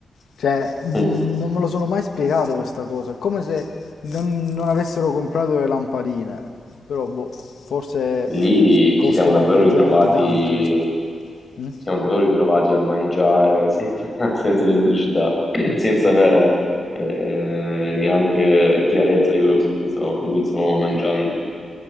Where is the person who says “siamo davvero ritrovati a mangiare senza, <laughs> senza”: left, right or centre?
Left